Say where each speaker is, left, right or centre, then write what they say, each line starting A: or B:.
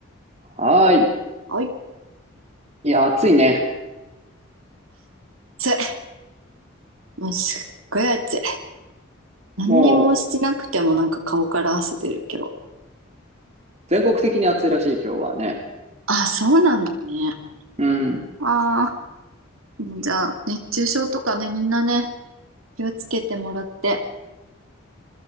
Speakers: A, on the right; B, on the right.
A: はい。
B: はい。
A: いや、暑いね。
B: 暑い。もうすっごい暑い。何にもしてなくてもなんか顔から汗出る今日。
A: もう、全国的に暑いらしい、今日はね。
B: あ、そうなんだね。
A: うん。
B: ああ、もうじゃあ、熱中症とかね、みんなね、気をつけてもらって、